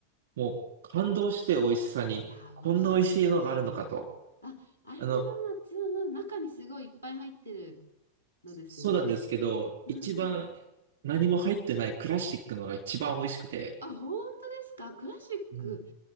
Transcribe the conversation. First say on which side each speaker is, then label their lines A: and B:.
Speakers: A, on the right; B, on the right.
A: もう感動して美味しさに、
B: いやー、
A: こんな美味しいのがあるのかと。
B: 美味しい、美味しい。あ、アイムドーナツ、
A: あの、
B: うんうん中にすごいいっぱい入ってるのですよね。
A: そうなんですけど、
B: うん。
A: 一番何も入ってないクラシックのが一番美味しくて、
B: あ、本当ですかクラシック
A: うん、い